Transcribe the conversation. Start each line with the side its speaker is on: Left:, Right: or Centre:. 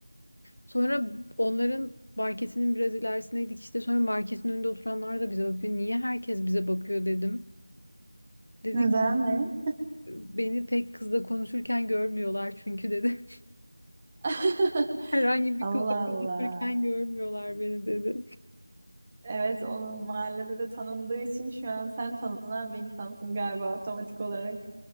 Left: Sonra onların marketinin biraz ilerisindeydik işte sonra marketin önünde oturanlar da bize bakıyor. Niye herkes bize bakıyor dedim. Dedi
Right: Neden
Left: ki
Right: mi?
Left: beni pek kızla konuşurken görmüyorlar çünkü <laughs> dedi.
Right: <laughs>
Left: Herhangi bir
Right: Allah
Left: kızla konuşurken
Right: Allah.
Left: görmüyorlar beni dedi.
Right: Evet onun mahallede de tanındığı için şu an sen tanınan bir insansın galiba otomatik olarak.